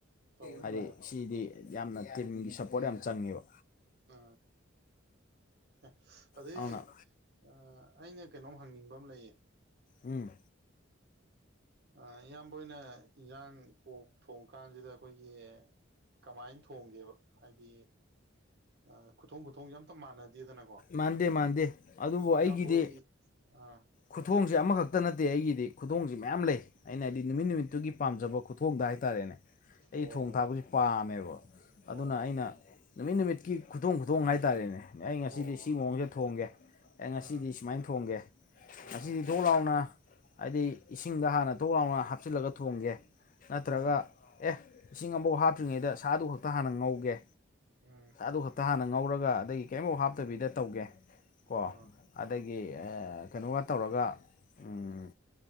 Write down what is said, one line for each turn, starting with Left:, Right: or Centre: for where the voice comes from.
Right: ꯇꯧꯋꯦ
Left: ꯍꯥꯏꯗꯤ
Right: ꯇꯧꯋꯦ
Left: ꯁꯤꯗꯤ ꯌꯥꯝꯅ ꯇꯤꯝꯒꯤ ꯁꯞꯄꯣꯔꯠ ꯌꯥꯝ ꯆꯪꯉꯦꯕ
Right: ꯑ ꯑꯦ ꯑꯗꯩ
Left: ꯑꯗꯨꯅ
Right: ꯑꯥ ꯑꯩꯅ ꯀꯩꯅꯣꯝ ꯍꯪꯅꯤꯡꯕ ꯑꯃ ꯂꯩꯌꯦ
Left: ꯎꯝ
Right: ꯑꯥ ꯏꯌꯥꯝꯕ ꯑꯣꯏꯅ ꯏꯟꯖꯥꯡ ꯄꯣꯛ ꯊꯣꯡ ꯀꯥꯟꯖꯤꯗ ꯑꯩꯈꯣꯏꯒꯤ ꯀꯃꯥꯏꯟ ꯊꯣꯡꯒꯦꯕ ꯍꯥꯏꯗꯤ ꯑ ꯈꯨꯠ ꯊꯣꯡ ꯈꯨꯊꯣꯡ ꯑꯝꯇ ꯃꯥꯟꯅꯗꯦꯗꯅꯀꯣ
Left: ꯃꯥꯟꯗꯦ ꯃꯥꯟꯗꯦ ꯑꯗꯨꯕꯨ ꯑꯩꯒꯤꯗꯤ
Right: ꯏꯌꯥꯝꯕꯍꯣꯏ ꯑꯥ
Left: ꯈꯨꯊꯣꯡꯁꯦ ꯑꯃꯈꯛꯇ ꯅꯠꯇꯦ ꯑꯩꯒꯤꯗꯤ ꯈꯨꯗꯣꯡꯁꯤ ꯃꯌꯥꯝ ꯂꯩ ꯑꯩꯅ ꯍꯥꯏꯗꯤ ꯅꯨꯃꯤꯠ
Right: ꯑꯥ
Left: ꯅꯨꯃꯤꯠꯇꯨꯒꯤ ꯄꯥꯝꯖꯕ ꯈꯨꯠ ꯊꯣꯡꯗ ꯍꯥꯏꯇꯥꯔꯦꯅꯦ ꯑꯩ
Right: ꯑꯣ
Left: ꯊꯣꯡ ꯊꯥꯛꯄꯁꯤ ꯄꯥꯝꯃꯦꯕ ꯑꯗꯨꯅ
Right: ꯑꯣ
Left: ꯑꯩꯅ ꯅꯨꯃꯤꯠ ꯅꯨꯃꯤꯠꯀꯤ ꯈꯨꯗꯣꯡ ꯈꯨꯗꯣꯡ ꯍꯥꯏꯇꯥꯔꯦꯅꯦ ꯑꯩ ꯉ
Right: ꯑꯣ
Left: ꯁꯤꯗꯤ ꯁꯤ ꯃꯑꯣꯡꯁꯤꯗ ꯊꯣꯡꯒꯦ ꯑꯩ ꯉꯁꯤꯗꯤ
Right: ꯑꯥ
Left: ꯁꯨꯃꯥꯏꯅ ꯊꯣꯡꯒꯦ
Right: ꯑꯥ
Left: ꯉꯁꯤꯗꯤ ꯊꯣꯛ ꯂꯥꯎꯅ ꯍꯥꯏꯗꯤ ꯏꯁꯤꯡꯗ ꯍꯥꯟꯅ ꯊꯣꯛ ꯂꯥꯎꯅ ꯍꯥꯞꯆꯤꯜꯂꯒ ꯊꯣꯡꯒꯦ ꯅꯠꯇ꯭ꯔꯒ
Right: ꯑꯣ
Left: ꯑꯦ ꯏꯁꯤꯡ ꯑꯃꯐꯧ ꯍꯥꯞꯇ꯭ꯔꯤꯉꯩꯗ ꯁꯥꯗꯨ ꯈꯛꯇ ꯍꯥꯟꯅ ꯉꯧꯒꯦ
Right: ꯎꯝ
Left: ꯑꯗꯨ ꯈꯛꯇ ꯍꯥꯟꯅ ꯉꯧꯔꯒ ꯑꯗꯩ ꯀꯦꯝꯐꯧ ꯍꯥꯞꯇꯕꯤꯗ ꯇꯧꯒꯦ ꯀꯣ
Right: ꯑꯣ
Left: ꯑꯗꯒꯤ ꯑ ꯀꯩꯅꯣꯒ ꯇꯧꯔꯒ ꯎꯝ